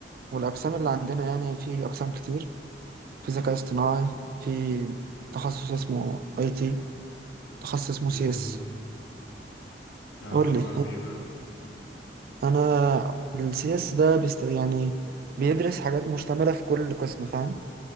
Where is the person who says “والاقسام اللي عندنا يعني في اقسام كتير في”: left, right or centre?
Right